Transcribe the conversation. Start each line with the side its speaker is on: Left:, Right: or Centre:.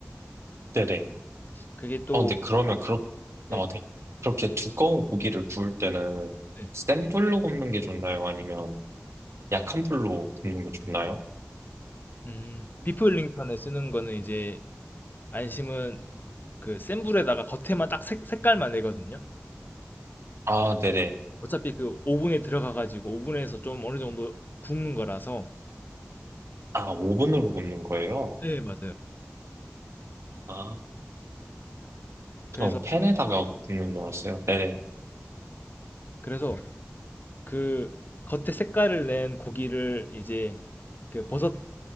Right: 네네.
Left: 그게 또
Right: 어, 근데 그러면 그렇, 아,
Left: 예,
Right: 네. 그렇게 두꺼운 고기를 구울 때는
Left: 예.
Right: 센 불로 굽는 게 좋나요? 아니면 약한 불로 굽는 게 좋나요?
Left: 음, 비프 링턴에 쓰는 거는 이제 안심은 그 센 불에다가 겉에만 딱 색, 색깔만 내거든요.
Right: 아, 네네.
Left: 어차피 그 오븐에 들어가가지고 오븐에서 좀 어느 정도 굽는 거라서.
Right: 아, 오븐으로 굽는 거예요?
Left: 네, 맞아요.
Right: 아,
Left: 그래서
Right: 전 팬에다가 굽는 줄 알았어요. 네네.
Left: 그래서 그 겉에 색깔을 낸 고기를 이제 그 버섯